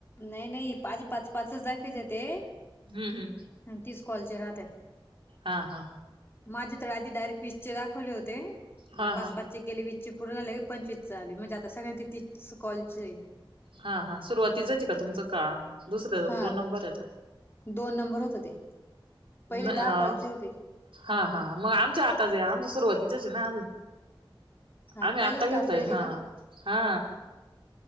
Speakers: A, on the left (about 25°); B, on the right (about 80°).
A: नाही नाही आधी पाच पाचच दाखयच ते आणि
B: हम्म हम्म
A: तीच कॉलचे राहते
B: हा हा
A: माझ्या तड आी डायरेक्ट विीज चे दाखवले होतेग
B: हा
A: पाच
B: हा
A: पाच गेले वीसचे पूर्ण झाले पंचवीसचा झाले म्हणजे आता सगळना तिथच कॉलेज आहे
B: हा हा सुरुवातीचच का तुमचं का दुसर्या
A: हा
B: दोन नंबर आहेता
A: दोन नंबर होत ते पहिले
B: अ
A: दहा कॉलचे होते
B: हा हा मग आमच्या आताच आमच्या सुरुवातीचच आहे ना अजून
A: हा
B: आम्ही
A: पहिलेच
B: आत्ता घेतलंय
A: टास्क येईल
B: हा
A: का
B: हा